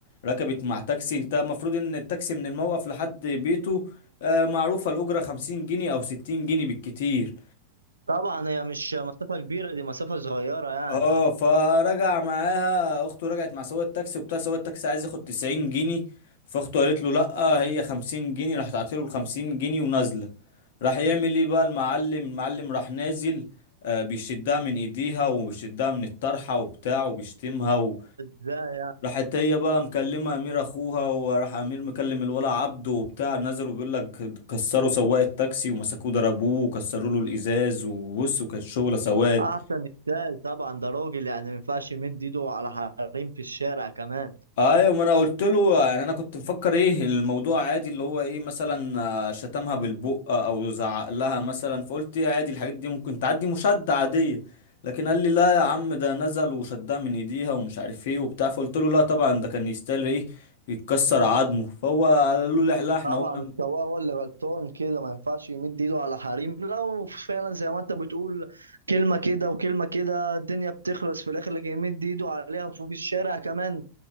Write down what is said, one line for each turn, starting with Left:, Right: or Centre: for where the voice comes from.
Left: ركبت مع تاكسي انت المفروض ان التاكسي من الموقف لحد بيته آه، معروفه الاجره 50 جنيه او 60 جنيه بالكتير
Right: طبعا هي مش مسافة كبيرة دي مسافة صغيرة يعني
Left: اه فرجع معاها اخته رجعت مع سواق التاكسي وبتاع سواق التاكسي عايز ياخد 90 جنيه فاخته قالت له لا هي 50 جنيه راح تعطيله ال 50 جنيه ونازله راح يعمل ايه بقى المعلم المعلم راح نازل آه بيشدها من ايديها وبيشدها من الطرحه وبتاع وبيشتمها و...
Right: لا
Left: راحت هي بقى مكلمه امير اخوها وراح امير مكلم الولا عبده وبتاع نزلوا بيقول لك كسروا سواق التاكسي ومسكوه ضربوه وكسروا له الازاز وبص وكانت شغله سواد
Right: احسن ازاي طبعا ده راجل يعني ما ينفعش يمد ايده على حريم في الشارع كمان
Left: ايوه ما انا قلت له يعني انا كنت مفكر ايه الموضوع عادي اللي هو ايه مثلا آه، شتمها بالبق او زعق لها مثلا فقلت ايه عادي الحاجات دي ممكن تعدي مشادة عادية لكن قال لي لا يا عم ده نزل وشدها من ايديها ومش عارف ايه وبتاع فقلت له لا طبعا ده كان يستاهل ايه يتكسر عظمه فهو قال له لا لا، احنا
Right: طبعا
Left: قمنا
Right: السواق هو اللي غلطان كده ما ينفعش يمد ايده على حريم لو فعلا زي ما انت بتقول كلمة كده وكلمة كده الدنيا بتخلص في الاخر اللي يمد ايده عليها فوق الشارع كمان